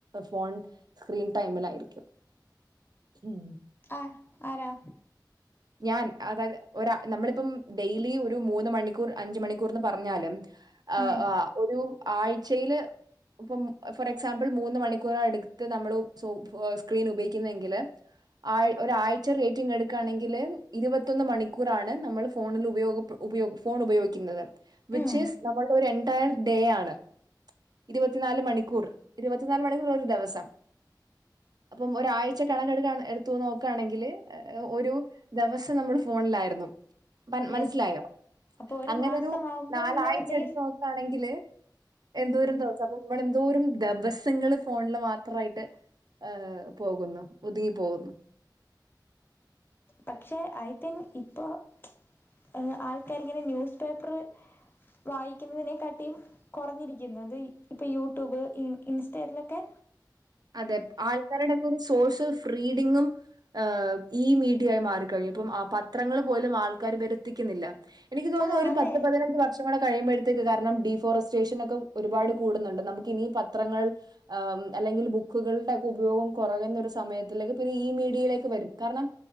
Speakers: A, on the right; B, on the left.
A: ഫോൺ സ്ക്രീൻ ടൈമിലായിരിക്കു മ്
B: ആഹ് ആരാ
A: ഞാൻ അതായത് ഒര നമ്മളിപ്പം ഡെയിലി ഒരു മൂന്ന് മണിക്കൂർ അഞ്ച് മണിക്കൂർന്ന് പറഞ്ഞാലും ആഹ്
B: ഉം.
A: ആഹ് ഒരു ആഴ്ചയില് ഇപ്പം ഫോർ എക്സാമ്പിൾ മൂന്ന് മണിക്കൂർ എടുത്ത് നമ്മള് സോ സ്ക്രീൻ ഉപയോഗിക്കുന്നെങ്കില് ആഴ് ഒരാഴ്ച റേറ്റിംഗ് എട്ക്കാണെങ്കി ങ്കില് ഇരുപത്തൊന്ന് മണിക്കൂറാണ് നമ്മൾ ഫോണിൽ ഉപയൊ ഉപയോഗ ഫോൺ ഉപയോഗിക്കിന്നത് വിച്ച്
B: ഉം.
A: ഈസ് നമ്മുടെ ഒരു എന്റയർ ഡേ ആണ് ഇരുപത്തിനാല് മണിക്കൂർ ഇരുപത്തിനാല് മണിക്കൂർ ഒരു ദെവസം അപ്പം ഒരാഴ്ച കണക്കെടുക എടുത്തു നോക്കാണെങ്കില് ഒരു ദേവസം നമ്മള് ഫോൺലായിരുന്നു മന് മനസ്സിലായോ
B: യെസ്. അപ്പൊ ഒരു
A: അങ്ങനെരു
B: മാസമാവുമ്പോ
A: നാലാഴ്ച
B: ഇങ്ങനെ ഡേയ്സ്
A: എടുത്ത് നോ ക്കാണെങ്കില് എന്തോരം
B: ഉം.
A: ദിവസം അപ്പൊ നമ്മൾ എന്തോരം ദെവസങ്ങള് ഫോണില് മാത്രയിട്ട് ഏഹ് പോകുന്നു ഒതുങ്ങിപ്പോകുന്നു
B: പക്ഷേ ഐ തിങ്ക് ഇപ്പോൾ ഏഹ് ആൾക്കാരിങ്ങനെ ന്യൂസ് പേപ്പറ് വായിക്കുന്നെനെക്കാട്ടിയും കൊറഞ്ഞിരിക്കുന്നത് ഇപ്പൊ യൂട്യൂബ് ഇൻസ്റ്റലൊക്കെ
A: അതെ ആൾക്കാരുടെക്കെ ഒരു സോഷ്യൽ ഫ്രീഡിങ്ങും ഏഹ് ഈ മീഡിയായി മാറിക്കഴിഞ്ഞു പ്പം ആഹ് പത്രങ്ങൾ പോലും ആൾക്കാരും വരുത്തിക്കുന്നില്ല എനിക്ക് തോന്നുന്നു.
B: ആ
A: ഒരു
B: അതെ
A: പത്ത് പതിനഞ്ച് വ ഷം കൂടെ കഴിയുമ്പഴത്തേക്ക് കാരണം ഡീഫോറസ്റ്റേഷൻ ഒക്കെ ഒരുപാട് കൂടുന്നുണ്ട്. നമുക്ക് ഇനി പത്രങ്ങൾ എഹേം അല്ലെങ്കിൾ അല്ലെങ്കില് ബു ക്കുകളുടെ ഒക്കെ ഉപയോഗം കൊറയുന്നൊ ഒരു സമയത്തിലേക്ക്, പിന്നെ ഈ മീഡിയയിലേക്ക് വരും കാര്ണം